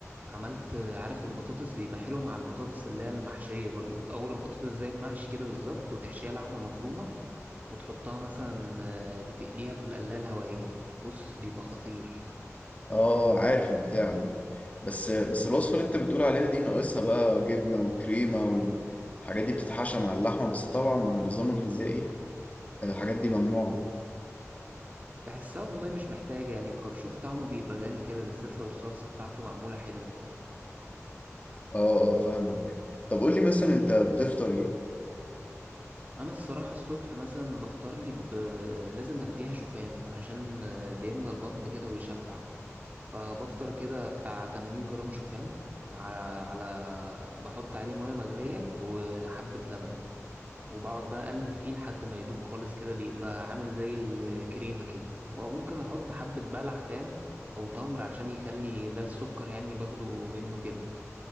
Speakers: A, on the right; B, on the left.
A: عملت عارف البطاطس بيبقى حلو مع البطاطس اللي هي المحشية برضو بتقور البطاطس زي المحشي كده بالظبط وتحشيها لحمة مفرومة وتحطها مثلا آه، بتقليها في القلاية الهوائية بص بيبقى خطير
B: اه عارف البتاعة دي بس بس الوصفة اللي انت بتقول عليها دي ناقصها بقى جبنة وكريمة والحاجات دي بتتحشى مع اللحمة بس طبعا مع النظام الغذائي آه، الحاجات دي ممنوعة
A: بحسها والله مش محتاجة يعني الخرشوف طعمه بيبقى غني كده بالذات لو الصلصة بتاعته معمولة حلو
B: اه اه فاهمك طب قول لي مثلا انت بتفطر ايه
A: أنا الصراحة الصبح مثلا بفطر لي ب... لازم أديها شوفان عشان آه، بيملى البطن كده ويشبع فبفطر كده بتاع 80 جرام شوفان مع على بحط عليه مية مغلية وحبة لبن وبقعد بقى أقلب فيه لحد ما يدوب خالص كده بيبقى عامل زي الكريمة كده وممكن أحط حبة بلح فاهم أو تمر عشان يخلي ده السكر يعني باخده منه كده